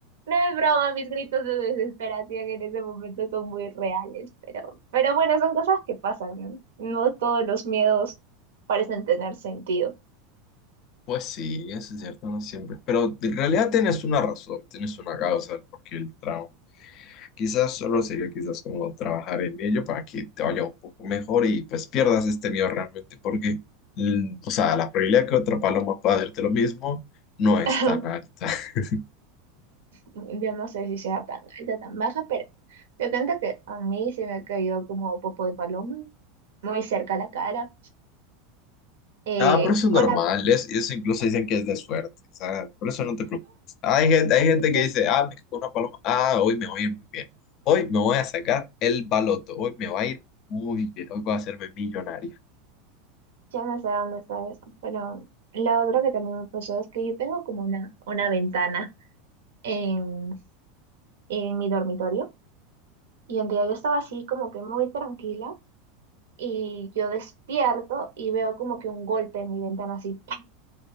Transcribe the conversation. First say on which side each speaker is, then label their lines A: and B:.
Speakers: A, on the right (about 80°); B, on the left (about 50°).
A: No es broma, mis gritos de desesperación en ese momento son muy reales, pero, pero bueno, son cosas que pasan, ¿no? No todos los miedos parecen tener sentido.
B: Pues sí, eso es cierto, no siempre. Pero en realidad tienes una razón, tienes una causa porque el trauma. Quizás solo sería quizás como trabajar en ello para que te vaya un poco mejor y pues pierdas este miedo realmente, porque, mm, o sea, la probabilidad que otra paloma pueda hacerte lo mismo no es
A: <laughs>
B: tan alta. <laughs>
A: Yo no sé si sea tan alta, tan baja, pero te cuento que a mí se me ha caído como popo de paloma, muy cerca a la cara. Eh,
B: Ah, pero eso es
A: una,
B: normal, es, eso incluso dicen que es de suerte, o sea, por eso no te preocupes. Hay gente, hay gente
A: <laughs>
B: que dice, ah, me cagó una paloma, ah, hoy me voy a ir muy bien, hoy me voy a sacar el baloto, hoy me va a ir muy bien, hoy voy a hacerme millonario.
A: Ya no sé dónde está eso, pero lo otro que también me pasó es que yo tengo como una, una ventana en, en mi dormitorio y un día yo estaba así como que muy tranquila y yo despierto y veo como que un golpe en mi ventana así ¡pa!